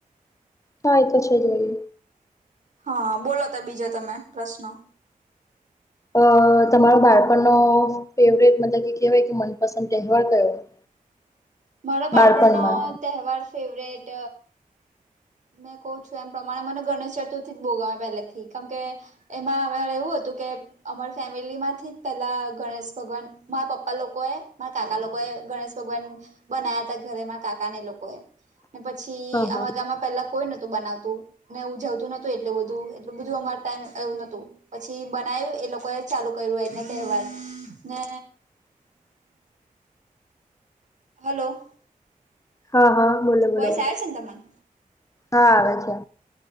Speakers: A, on the left; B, on the right.
A: કાય કશા જઈએ.
B: હા બોલો તો બીજો તમે પ્રશ્નો,
A: અ તમારો બાળપણનો ફેવરેટ મતલબ કે કેહેવાય કે મનપસંદ તહેવાર કયો, <inaudible>
B: મારો બાળપણનો
A: બાળપણમાં
B: તહેવાર ફેવરિટ, મેં કહ્યું છું, એમ પ્રમાણે મને ગણેશચતુર્થી જ બોવ ગમે પહેલેથી કેમ કે, એમાં અમારે એવું હતું કે, અમાર ફેમિલીમાંથી પેલા ગણેશભગવાન મારા પપ્પા લોકોએ, કાકા લોકોએ ગણેશ ભગવાન બનાયા હતા, ઘરે માર કાકાન એ લોકોએ. ને પછી
A: હા
B: અમારા
A: હા
B: ગામમાં પેલા કોઈ નોતું બનાવતું. ને ઉજવતું નોતું એટલે બધું એટલું બધું અમાર ટાઈમ એવું નહોતું. પછી બનાવ્યું એ લોકોએ ચાલુ કર્યું <unintelligible> ને
A: <inaudible>
B: હલો.
A: હા હા બોલો, બોલો
B: વોઇસ આવે છે ને તમને
A: હા આવે છે.